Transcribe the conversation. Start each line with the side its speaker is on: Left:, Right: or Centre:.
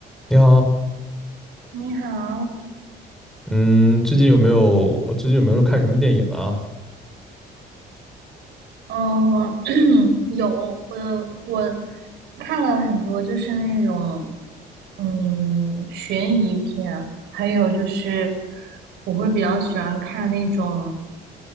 Centre: 你好，
Right: 你好，
Centre: 嗯，最近有没有最近有没有看什么电影啊？
Right: 嗯，<clears throat> 有，我我看了很多，就是那种嗯悬疑片，还有就是我会比较喜欢看那种